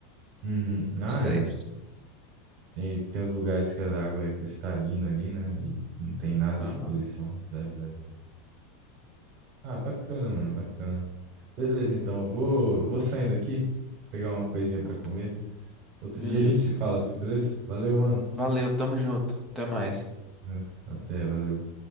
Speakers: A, on the right; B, in the centre.
A: Uhum.
B: Não
A: Ah,
B: sei.
A: é. Tem, que tem os lugares que a água é cristalina ali, né? E não tem nada
B: Ah,
A: de poluição. Zero, zero, zero. Ah, bacana, mano, bacana. Beleza, então, eu vou, eu vou saindo aqui, pegar uma coisinha pra
B: pô,
A: comer. Outro
B: beleza.
A: dia a gente se fala, beleza? Valeu, mano.
B: Valeu, tamo junto. Até mais.
A: É, Até, valeu.